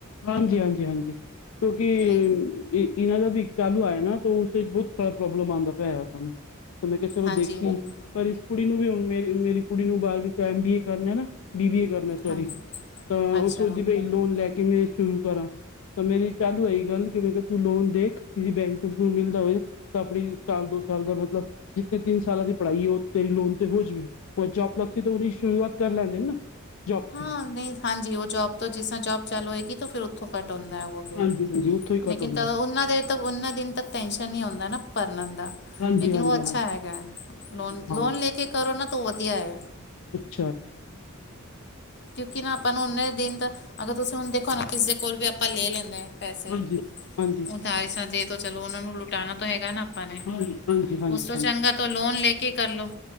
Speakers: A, on the left; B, on the left.
A: ਹਾਂਜੀ, ਹਾਂਜੀ, ਹਾਂਜੀ ਕਿਉਂਕਿ,
B: ਨਹੀਂ
A: ਇਹਨਾਂ ਦਾ ਵੀ ਚਾਲੂ ਆਇਆਂ, ਨਾ ਤੋਂ ਉਸ ਦਿਨ ਬਹੁਤ ਬੜਾ ਪ੍ਰੋਬਲਮ ਆਦਾ ਪਿਆ ਐ ਸਾਨੂੰ ਤਾਂ ਮੈਂ ਕਿਹਾਂ ਚਲੋਂ
B: ਹਾਂਜੀ
A: ਦੇਖ ਸੀ,
B: ਨਹੀਂ
A: ਪਰ ਇਸ ਕੋਲ਼ ਇਨੂੰ ਵੀ ਮੇਰੀ-ਮੇਰੀ ਕੁੜੀ ਨੂੰ ਬਾਅਦ ਵਿਚ ਐਮ ਬੀਏ ਕਰਨਾਂ ਹੈ ਨਾ ਬੀ ਬੀ ਏ ਕਰਨ ਸੋਰੀ,
B: ਹਾਂਜੀ
A: ਤਾਂ ਉਹ
B: ਅੱਛਾ
A: ਸੋਚਦੀ ਪਈ ਲੋਨ ਲੈ ਕੇ ਮੈਂ ਸ਼ੁਰੂ ਕਰਾਂ। ਤਾਂ ਮੇਰੀ ਚਾਲੂ ਹੋਈ ਗੱਲ਼ ਕਿ, ਮੈਂ ਕਿਹਾਂ ਤੂੰ ਲੋਨ ਦੇਖ ਕਿਸ਼ੇ ਬੈਂਕ ਤੋਂ ਮਿਲ਼ਦਾ ਹੋਵੇਂ ਤਾਂ ਆਪਣੀਂ ਸਾਲ ਦੋ। ਸਾਲ ਦਾ ਮੱਤਲਬ ਜਿੱਥੇ ਤਿੰਨ ਸਾਲਾਂ ਦੀ ਪੜ੍ਹਾਈ ਹੈ, ਉਹ ਤੇਰੀ ਲੋਨ ਤੇ ਹੋ ਜਾਵੇਂ, ਪਰ ਜੋਪ ਲੱਗ ਕੇ ਤੇ ਉਹ ਸ਼ੁਰੂਆਤ। ਕਰ ਲੈਂਦੇ ਨੇਂ ਨਾ। ਜੋਬ
B: ਹਾਂ
A: ਚ
B: ਨਹੀਂ ਹਾਂਜੀ, ਉਹ ਜੋਬ ਤੋਂ ਜਿਸ ਤਰ੍ਹਾਂ ਜੋਬ ਚਾਲੂ ਹੋਏਗੀ, ਫ਼ਿਰ ਉੱਥੋਂ ਕੱਟ ਕੀਤਾ ਹੁੰਦਾ ਹੈ,
A: ਹਾਂਜੀ ਉੱਥੋਂ ਹੀ
B: ਲ਼ੇਕਿਨ
A: ਘੱਟ ਹੁੰਦਾ
B: ਤਾਂ ਉਹਨਾਂ ਦੇ ਤਾਂ ਉਹਨੇ ਦਿਨ ਤੱਕ। ਟੈਨਸ਼ਨ ਨੀਂ ਆਦਾ ਨਾ ਭਰਨ ਦਾ।
A: ਹਾਂਜੀ
B: ਲ਼ੇਕਿਨ
A: ਹਾਂਜੀ
B: ਉਹ ਅੱਛਾ
A: ਹਾਂ
B: ਹੈਗਾ ਹੈ, ਲੋਨ-ਲੋਨ
A: ਹਾਂ
B: ਲੈ ਕੇ ਕਰੋਂ ਨਾ ਤੋਂ ਵਧੀਆਂ ਹੈਂ।
A: ਅੱਛਾ ਜੀ।
B: ਕਿਉਂਕਿ ਨਾ ਆਪਾਂ ਨੂੰ ਉਨੇ ਦਿਨ ਤਾਂ। ਅਗਰ ਤੁਸੀਂ ਹੁਣ ਦੇਖੋਂ ਨਾ ਕਿਸ਼ੇ ਕੋਲ਼ ਵੀ ਆਪਾਂ ਲ਼ੈ ਲੈਂਦੇ। ਪੈਸੇ-
A: ਹਾਂਜੀ ਹਾਂਜੀ
B: ਉਧਾਰ ਜਿਸ ਤਰ੍ਹਾਂ ਤੇ। ਚਲੋਂ ਉਹਨਾਂ ਨੂੰ ਲੁਟਾਉਣਾ ਤੋਂ ਹੈਗਾ ਨਾ ਆਪਾਂ ਨੇਂ।
A: ਹਾਂਜੀ ਹਾਂਜੀ ਹਾਂਜੀ
B: ਉਸ ਤੋਂ
A: ਹਾਂਜੀ
B: ਚੰਗ਼ਾ ਤਾਂ ਲੋਨ ਲੈ ਕੇ ਕਰ ਲਓ